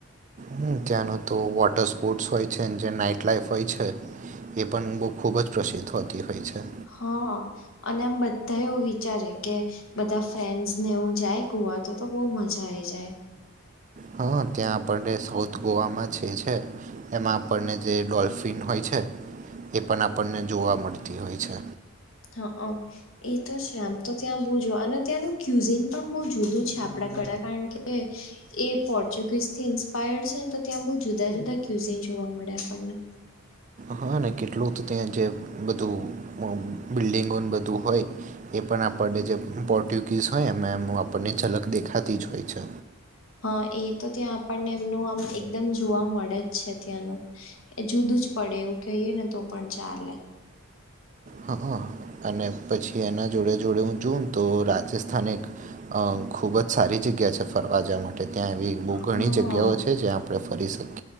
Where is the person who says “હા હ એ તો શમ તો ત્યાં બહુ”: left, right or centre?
Left